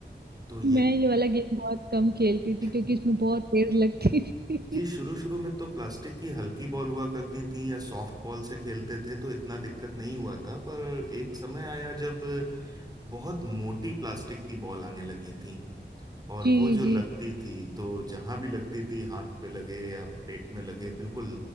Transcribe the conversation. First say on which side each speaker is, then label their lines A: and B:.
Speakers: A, on the right; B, on the right.
A: तो ये
B: मैं ये वाला गेम बहुत कम खेलती
A: <laughs>
B: थी क्योंकि इसमें बहुत तेज लगती थी
A: जी शुरू
B: <laughs>
A: शुरू में तो प्लास्टिक की हल्की बॉल हुआ करती थी या सॉफ्ट बॉल से खेलते थे तो इतना दिक्कत नहीं हुआ था पर एक समय आया जब बहुत मोटी प्लास्टिक की बॉल आने लगी थी और
B: जी
A: वो जो
B: जी
A: लगती थी तो जहां भी लगती थी हाथ पे लगे या पेट में लगे बिल्कुल